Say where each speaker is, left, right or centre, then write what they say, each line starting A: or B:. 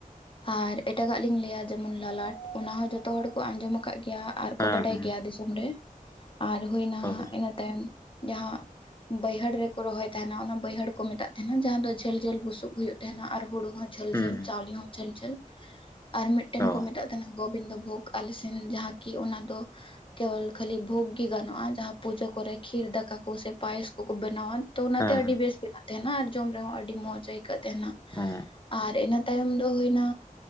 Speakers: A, on the left; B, on the left.
A: ᱟᱨ ᱮᱴᱟᱜᱟᱜ ᱞᱤᱧ ᱞᱟᱹᱭᱟ ᱡᱮᱢᱚᱱ ᱞᱟᱞᱟᱴ ᱚᱱᱟ ᱦᱚᱸ ᱡᱚᱛᱚ ᱦᱚᱲ ᱠᱚ ᱟᱸᱡᱚᱢ ᱟᱠᱟᱫ ᱜᱮᱭᱟ᱾ ᱟᱨ
B: ᱦᱮᱸ
A: ᱠᱚ ᱵᱟᱰᱟᱭ
B: ᱦᱮᱸ
A: ᱜᱮᱭᱟ ᱫᱤᱥᱚᱢ ᱨᱮ, ᱟᱨ ᱦᱩᱭᱱᱟ
B: ᱦᱳᱭ
A: ᱤᱱᱟᱹ ᱛᱟᱭᱚᱢ ᱡᱟᱦᱟᱸ ᱵᱟᱹᱭᱦᱟᱹᱲ ᱨᱮᱠᱚ ᱨᱚᱦᱚᱭ ᱛᱟᱦᱮᱱᱟ ᱚᱱᱟ ᱵᱟᱹᱭᱦᱟᱹᱲ ᱠᱚ ᱢᱮᱛᱟᱜ ᱛᱟᱦᱮᱱᱟ, ᱡᱟᱦᱟᱸ ᱫᱚ ᱡᱷᱟᱹᱞ ᱡᱷᱟᱹᱞ ᱵᱩᱥᱩᱵ ᱦᱩᱭᱩᱜ ᱛᱟᱦᱮᱱᱟ, ᱟᱨ ᱦᱩᱲᱩ ᱦᱚᱸ ᱡᱷᱟᱹᱞ
B: ᱦᱩᱸ
A: ᱡᱷᱟᱹᱞ, ᱪᱟᱣᱞᱮ ᱦᱚᱸ ᱡᱷᱟᱹᱞ ᱡᱷᱟᱹᱞ᱾ ᱟᱨ ᱢᱤᱫᱴᱮᱱ
B: ᱚ
A: ᱠᱚ ᱢᱮᱛᱟᱜ ᱛᱟᱦᱮᱱᱟ ᱜᱳᱵᱤᱱᱫᱚ ᱵᱷᱳᱜᱽ ᱟᱞᱮ ᱥᱮᱱ ᱡᱟᱦᱟᱸ ᱠᱤ ᱚᱱᱟ ᱫᱚ ᱠᱮᱵᱚᱞ ᱠᱷᱟᱞᱤ ᱵᱷᱩᱜ ᱜᱮ ᱜᱟᱱᱚᱜᱼᱟ ᱡᱟᱦᱟᱸ ᱯᱩᱡᱟᱹ ᱠᱚᱨᱮ ᱠᱷᱤᱨ ᱫᱟᱠᱟ ᱠᱳ ᱥᱮ ᱯᱟᱭᱮᱥ ᱠᱚᱠᱚ ᱵᱮᱱᱟᱣᱟᱱ᱾ ᱛᱚ ᱚᱱᱟᱛᱮ
B: ᱦᱮᱸ
A: ᱟᱹᱰᱤ
B: ᱦᱮᱸ
A: ᱵᱮᱥ ᱵᱮᱱᱟᱜ ᱛᱟᱦᱮᱱᱟ ᱟᱨ ᱡᱚᱢ ᱨᱮᱦᱚᱸ ᱟᱹᱰᱤ ᱢᱚᱸᱡᱽ ᱟᱹᱭᱠᱟᱹᱜ ᱛᱟᱦᱮᱱᱟ,
B: ᱚ
A: ᱟᱨ ᱤᱱᱟ ᱛᱟᱭᱚᱢ ᱫᱚ ᱦᱩᱭᱱᱟ